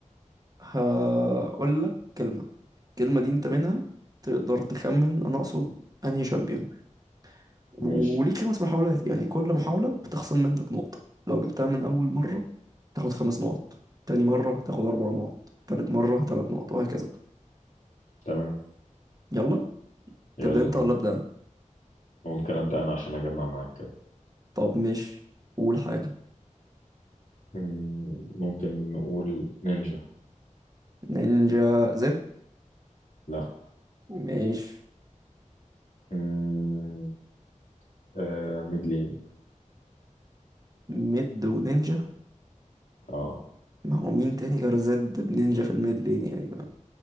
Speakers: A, on the right; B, on the left.
A: هقول لك كلمه الكلمه دي انت منها تقدر تخمن انا اقصد انهي شامبيون وليك
B: ماشي
A: خمس محاولات يعني كل محاولة بتخصم منك نقطة لو جبتها من أول مرة تاخد خمس نقط تاني مرة تاخد أربع نقط تالت مرة تلات نقط وهكذا
B: تمام
A: يلا
B: يلا
A: تبدأ أنت
B: بينا
A: ولا أبدأ أنا
B: ممكن ابدا انا عشان اجمع معاك كده
A: طب ماشي قول حاجة
B: مم، ممكن نقول نينجا
A: نينجا زد
B: لا
A: ماشي
B: مم، أه ميدلين
A: ميد ونينجا
B: اه
A: ما هو مين تاني غير زد بنينجا في الميد لين يعني